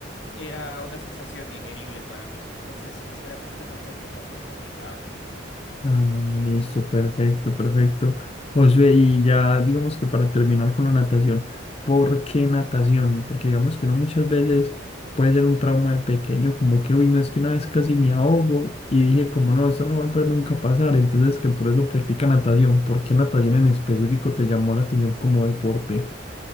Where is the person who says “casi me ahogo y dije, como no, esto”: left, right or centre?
Left